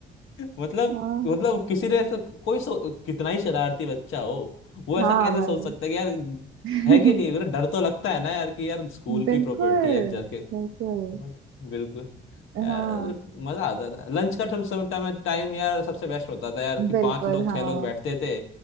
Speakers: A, on the left (about 80°); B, on the right (about 70°).
A: मतलब
B: हाँ
A: मतलब किसी ने ऐसा कोई सो, कितना ही शरारती बच्चा हो वो
B: हाँ
A: ऐसा कैसे
B: भाई
A: सोच सकता है कि यार
B: <laughs>
A: है कि नहीं मतलब डर तो लगता है ना यार कि यार स्कूल
B: बिल्कुल
A: की प्रॉपर्टी है जाके
B: बिल्कुल
A: मत बिल्कुल
B: हाँ
A: यार मजा आता था लंच का टाइम टाइम यार सबसे बेस्ट होता था यार कि
B: बिल्कुल
A: पांच लोग
B: हाँ
A: छह लोग बैठते थे